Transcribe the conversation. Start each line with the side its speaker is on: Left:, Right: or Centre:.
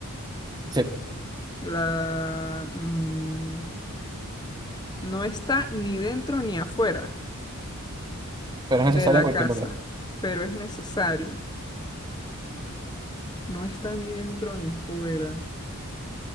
Right: Sí, sí,
Left: la... mm, no está ni dentro ni afuera.
Right: pero es
Left: de
Right: necesario
Left: la
Right: en cualquier
Left: casa,
Right: lugar,
Left: pero es necesario. No está ni dentro ni fuera.